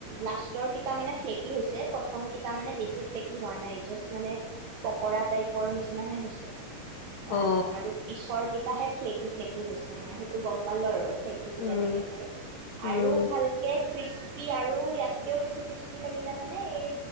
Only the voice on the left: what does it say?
অ
উম
উম